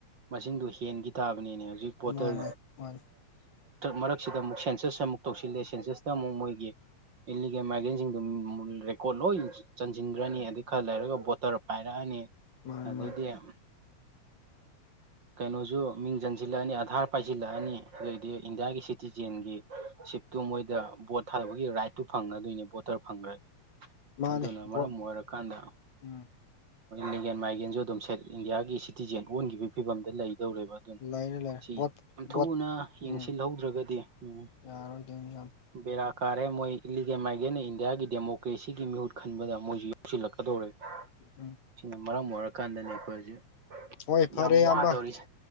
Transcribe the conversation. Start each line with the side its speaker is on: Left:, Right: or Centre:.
Right: ꯃꯁꯤꯡ ꯍ ꯇ ꯍꯧꯖꯤꯛ ꯕꯣꯇꯜ
Left: ꯃꯥꯅꯦ ꯃꯥꯅꯦ
Right: ꯃꯔꯛꯁꯤꯗ ꯑꯃꯨꯛ ꯁꯦꯟꯁꯁ ꯑꯃꯨꯛ ꯇꯧꯁꯤꯜꯂꯦ ꯁꯦꯟꯁꯁ ꯇꯃꯣ ꯃꯣꯏꯒꯤ ꯏꯂꯤꯒꯦꯜ ꯃꯥꯔꯒꯦꯟꯁꯤꯡꯗꯨ ꯔꯦꯀꯣꯔꯠ ꯂꯣꯏ ꯆꯟꯁꯤꯟꯈ꯭ꯔꯅꯤ ꯑꯗꯩ ꯈꯔ ꯂꯩꯔꯒ ꯕꯣꯇꯔ ꯄꯥꯏꯔꯛꯑꯅꯤ
Left: ꯃꯥꯅꯦ
Right: ꯑꯗꯗꯤ
Left: ꯃꯥꯅꯦ
Right: ꯑ ꯀꯩꯅꯣꯁꯨ ꯃꯤꯡ ꯆꯟꯁꯤꯜꯂꯛꯑꯅꯤ ꯑꯙꯥꯔ ꯄꯥꯏꯁꯤꯜꯂꯛꯑꯅꯤ ꯑꯗꯨꯗꯩꯗꯤ ꯏꯟꯗꯤꯌꯥꯒꯤ ꯁꯤꯇꯤꯖꯦꯟꯒꯤ ꯤꯛꯇꯨ ꯃꯣꯏꯗ ꯕꯣꯠ ꯊꯥꯗꯕꯒꯤ ꯔꯥꯏꯠꯇꯨ ꯐꯪꯉꯗꯣꯏꯅꯤ ꯕꯣꯇꯔ ꯐꯪꯈ꯭ꯔꯗꯤ
Left: ꯃꯥꯅꯦ
Right: ꯑꯗꯨꯅ ꯃꯔꯝ
Left: ꯕꯣꯠ
Right: ꯑꯣꯏꯔꯀꯥꯟꯗ
Left: ꯎꯝ
Right: ꯂꯤꯒꯦꯟ ꯃꯥꯏꯒ꯭ꯔꯦꯟꯁꯨ ꯑꯗꯨꯝ ꯁꯦꯠ ꯏꯟꯗꯤꯌꯥꯒꯤ ꯁꯤꯇꯤꯖꯦꯟ ꯑꯣꯟꯈꯤꯕꯒꯤ ꯐꯤꯕꯝꯗ ꯂꯩ ꯇꯧꯔꯦꯕ ꯑꯗꯨꯅ
Left: ꯂꯩꯔꯦ ꯂꯩꯔꯦ
Right: ꯁꯤ
Left: ꯕꯣꯠ
Right: ꯌꯥꯝ ꯊꯨꯅ
Left: ꯕꯣꯠ
Right: ꯌꯦꯡꯁꯤꯜꯍꯧꯗ꯭ꯔꯒꯗꯤ
Left: ꯎꯝ
Right: ꯎꯝ
Left: ꯌꯥꯔꯣꯏꯗꯣꯏꯅꯤ ꯌꯥꯝ
Right: ꯕꯦꯔꯥ ꯀꯥꯔꯦ ꯃꯣꯏ ꯏꯂꯤꯒꯦ ꯃꯥꯏꯒꯤꯦꯅ ꯏꯟꯗꯤꯌꯥꯒꯤ ꯗꯦꯃꯣꯀ ꯃꯣꯀ꯭ꯔꯦꯁꯤꯒꯤ ꯃꯤꯍꯨꯠ ꯈꯟꯕꯗ ꯃꯣꯏꯁꯨ ꯌꯧꯁꯤꯜꯂꯛꯀꯗꯧꯔꯦ
Left: ꯎꯝ
Right: ꯁꯤꯅ ꯃꯔꯝ ꯑꯣꯏꯔꯀꯥꯟꯗꯅꯤ ꯑꯩꯈꯣꯏ ꯍꯧꯖꯤꯛ
Left: ꯍꯣꯏ ꯐꯔꯦ
Right: ꯌꯥꯝ ꯋꯥꯗꯧꯔꯤꯁꯦ
Left: ꯑꯕ